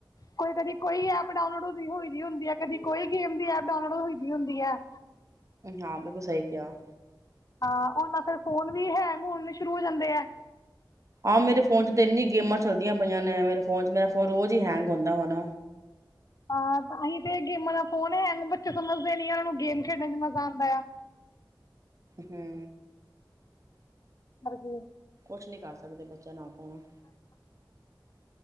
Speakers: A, on the left (about 45°); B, on the right (about 40°).
A: ਕਦੇ ਕੋਈ ਐਪ ਡਾਊਨਲੋਡ ਹੋਈ ਹੁੰਦੀ ਹੈ ਕਦੀ ਕੋਈ ਗੇਮ ਦੀ ਐਪ ਡਾਨਲੋਡ ਹੋਈ ਹੁੰਦੀ ਆ।
B: ਹਾਂ, ਬਿਲਕੁਲ ਸਹੀ ਕਿਹਾ।
A: ਹਾਂ ਹੁਣ ਬਸ ਫਿਰ ਫੋਨ ਵੀ ਹੈਂਗ ਹੁਣੇ ਸ਼ੁਰੂ ਹੋ ਜਾਂਦੇ ਆ।
B: ਆਹ ਮੇਰੇ ਫੋਨ ਚ ਤੇ ਇਨਿਆ ਗੇਮਾਂ ਚੱਲਦੀਆਂ ਪਈਆਂ ਨੇ ਮੇਰੇ ਫੋਨ ਚ, ਮੇਰਾ ਫੋਨ ਰੋਜ਼ ਹੀ ਹੈਂਗ ਹੁੰਦਾ ਹੁਣ।
A: ਹਾਂ ਤਾਂ ਅਸੀਂ ਤੇ ਗੇਮਾਂ ਦਾ ਫੋਨ ਹੈਂਗ ਬੱਚੇ ਸਮਝਦੇ ਨੀ ਏ ਉਹਨਾਂ ਨੂੰ ਗੇਮ ਖੇਡਣ ਚ ਮਜ਼ਾ ਆਉਂਦਾ ਆ।
B: ਹੰਮ।
A: ਕਰਕੇ
B: ਕੁ ਨਹੀਂ ਕਰ ਸਕਦੇ ਬੱਚਿਆਂ ਨਾਲ ਤਾਂ